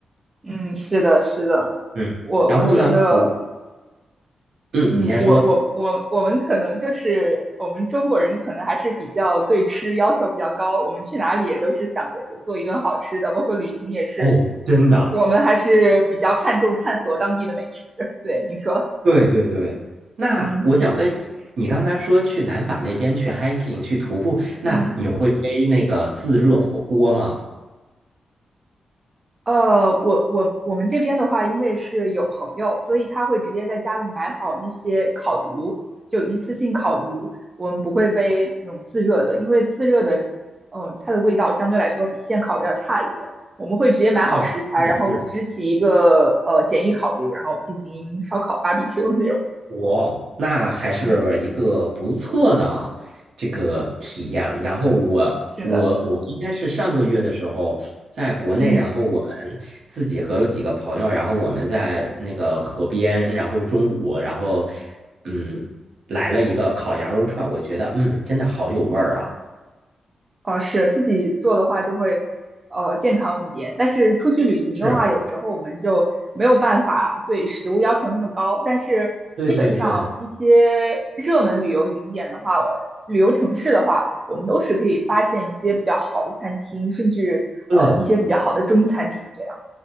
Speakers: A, on the right; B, on the right.
A: 嗯，是的，是的，
B: 嗯，
A: 我我觉得。
B: 然后呢，我，嗯，
A: 嗯，
B: 你先说。
A: 我我我我们可能就是我们中国人可能还是比较对吃要求比较高，我们去哪里也都是想着就做一顿好吃的，包括旅行也是，
B: 哦，真的。
A: 我们还是比较看重探索当地的美食。<laughs> 对，你说，
B: 对对对，那我想问你，
A: 嗯
B: 你刚才说去南法那边去 hiking 去徒步，那你会背那个自热火锅吗？
A: 嗯。呃，我我我们这边的话，因为是有朋友，所以他会直接在家里买好那些烤炉，就一次性烤炉。我们不会背那种自热的，因为自热的，嗯、它的味道相对来说比现烤的要差一点。我们会直接买好食材，
B: 啊，是的，
A: 然后支起一个呃简易烤炉，
B: 是的。
A: 然后进行烧烤 barbecue 那种。
B: 哇，那还是一个不错的这个体验。
A: 嗯，
B: 然后我我我应该是上个月的时候在国内，
A: 是的，嗯。
B: 然后我们自己和几个朋友，然后我们在那个河边，然后中午，然后嗯来了一个烤羊肉串，我觉得嗯真的好有味儿啊。
A: 哦，是自己做的话就会呃健康一点，但是出去旅行的话，
B: 是，
A: 有时候我们就没有办法对食物要求那么高。但是基本上一些热门旅游景点的话，
B: 对对对
A: 旅游城市的话，我们都是可以发现一些比较好的餐厅，甚至呃一些比较好的中餐厅这样。
B: 对